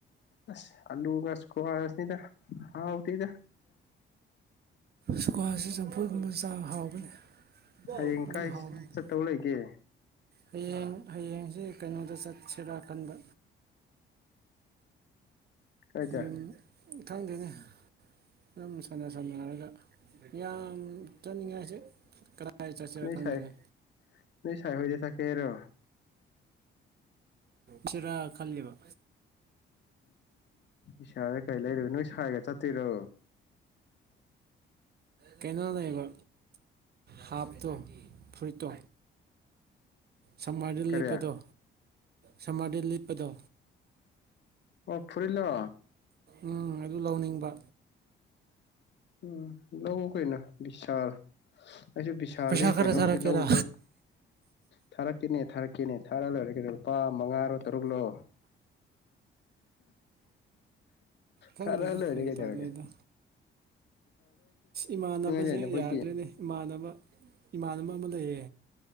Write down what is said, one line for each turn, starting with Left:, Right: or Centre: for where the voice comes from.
Left: ꯑꯁ ꯑꯂꯨꯒꯁ ꯀꯋꯥꯅꯤꯗ ꯍꯥꯎꯗ ꯌꯥ
Right: ꯁꯨꯀ꯭ꯋꯥꯁꯤ ꯆꯝꯐꯨꯣꯏꯒꯨꯝꯕ ꯆ ꯍꯥꯎꯕꯅꯤ ꯑꯗꯨꯝ
Left: ꯍꯌꯦꯡ ꯀꯥꯏ
Right: ꯍꯥꯎꯕꯅꯤ
Left: ꯆꯠꯇꯧ ꯂꯩꯒꯦ
Right: ꯍꯌꯦꯡ ꯍꯌꯦꯡꯁꯤ ꯀꯩꯅꯣꯗ ꯆꯠꯁꯤꯔꯥ ꯈꯟꯕ
Left: ꯀꯥꯏꯗ
Right: ꯌꯨꯝ ꯊꯪꯗꯦꯅꯦ ꯑꯗꯨꯝ ꯁꯥꯟꯅ ꯁꯝꯅꯔꯒ ꯌꯥꯝ ꯆꯠꯅꯤꯡꯉꯥꯏꯁꯦ ꯀꯗꯥꯏ ꯆꯠꯁꯤꯔꯥ
Left: ꯅ
Right: ꯈꯪꯗꯦꯅꯦ
Left: ꯁꯥꯏ ꯅ ꯁꯥꯏ ꯍꯗꯦ ꯊꯀꯦꯔꯣ
Right: ꯁꯤꯔ ꯀꯜꯂꯤꯕ
Left: ꯏꯁꯥꯗ ꯀꯔꯤ ꯂꯩꯔꯨ ꯅꯣꯏ ꯁꯥꯏꯒ ꯆꯠꯇꯣꯏꯔꯣ
Right: ꯀꯩꯅꯣ ꯂꯩꯕ ꯍꯥꯞꯇꯣ ꯐꯨꯔꯤꯠꯇꯣ ꯁꯪꯃꯥꯔꯗ
Left: ꯀꯔꯤ
Right: ꯂꯤꯞꯄꯗꯣ ꯁꯝꯃꯥꯔꯗ ꯂꯤꯞꯄꯗꯣ
Left: ꯑꯣ ꯐꯨꯔꯂꯣ
Right: ꯎꯝ ꯑꯗꯨ ꯂꯧꯅꯤꯡꯕ
Left: ꯎꯝ ꯂꯧꯧꯕ ꯀꯩꯅ ꯕꯤꯁꯥꯜ ꯑꯩꯁꯨ ꯕꯤꯚꯤꯁꯥꯜꯗꯤ
Right: ꯄꯩꯁꯥ ꯈꯔ
Left: ꯀꯩꯅꯣꯝꯗꯤ
Right: ꯊꯥꯔꯛꯀꯦꯔꯥ
Left: ꯂꯧꯗꯣ ꯊꯥꯔꯛꯀꯅꯦ ꯊꯥꯔꯛꯀꯅꯤ ꯊꯥꯔꯛ ꯂꯣꯏꯔꯀꯅꯦ ꯂꯨꯄꯥ ꯃꯉꯥꯔꯣ ꯇꯔꯨꯛꯂꯣ
Right: ꯈꯪꯗꯦꯗ
Left: ꯊꯗ ꯂ ꯍꯅꯦ
Right: ꯐꯥꯒꯤ
Left: ꯀꯦꯇꯒꯦ
Right: ꯇꯧꯕꯅꯤꯗ ꯏꯃꯥꯟꯅꯕꯁꯦ
Left: ꯂꯩꯅꯦ ꯑꯩꯈꯣꯏꯒꯤ
Right: ꯌꯥꯗꯣꯏꯅꯦ ꯏꯃꯥꯟꯅꯕ ꯏꯃꯥꯟꯅꯕ ꯑꯃ ꯂꯩꯌꯦ